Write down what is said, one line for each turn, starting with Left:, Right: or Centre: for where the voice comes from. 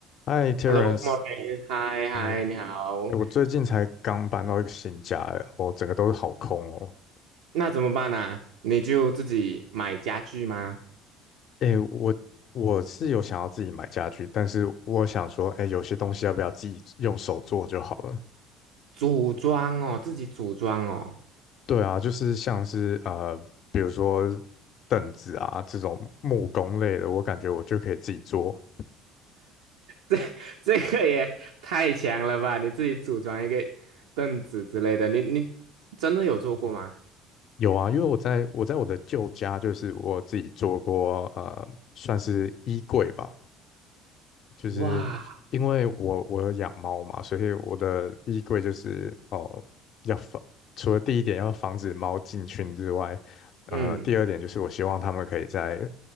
Left: 嗨，Terence，
Right: Hello, m a u r e e 嗨嗨，
Left: 哎，
Right: 你好。
Left: 哎我最近才刚搬到一个新家，哎我整个都是好空哦。
Right: 那怎么办啊？你就自己买家具吗？
Left: 哎，我我是有想要自己买家具，但是我想说，哎，有些东西要不要自己用手做就好了？
Right: 组装哦，自己组装哦，
Left: 对啊，就是像是呃，比如说凳子啊这种木工类的，我感觉我就可以自己做。
Right: <laughs> 这个也太强了吧！你自己组装一个凳子之类的，你你真的有做过吗？
Left: 有啊，因为我在我在我的旧家，就是我自己做过，呃，算是衣柜吧。就是因为我我有养猫嘛，
Right: 哇，
Left: 所以我的衣柜就是哦，要防，除了第一点要防止猫进群之外，呃，
Right: 嗯，
Left: 第二点就是我希望它们可以在